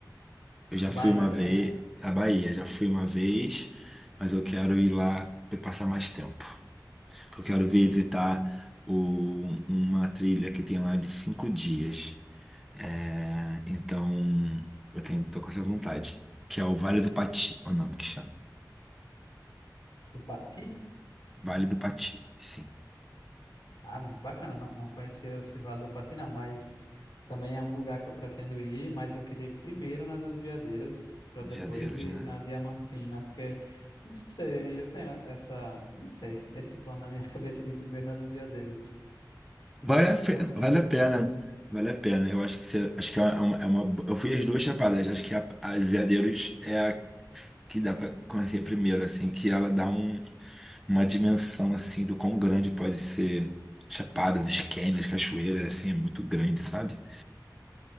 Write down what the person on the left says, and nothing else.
Bahia
também,
né?
Do Pati.
Ah, muito bacana. Não, não conhecia esse Vale do Pati, não, mas também é um lugar que eu pretendo ir, mas eu queria ir primeiro na dos Veadeiros, para
depois ir
na Diamantina, porque não sei, eu tenho essa, não sei, esse plano na minha <laughs> cabeça de ir primeiro na dos Veadeiros.
Não sei
porquê